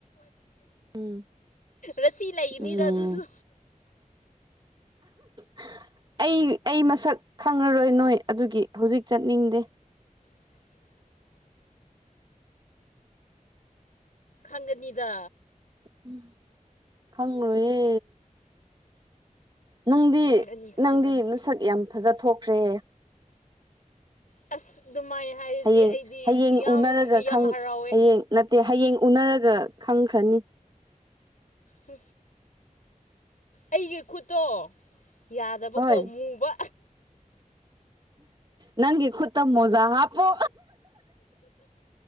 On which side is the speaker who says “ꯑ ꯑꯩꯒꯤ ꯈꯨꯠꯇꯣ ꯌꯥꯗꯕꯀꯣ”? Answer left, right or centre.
Left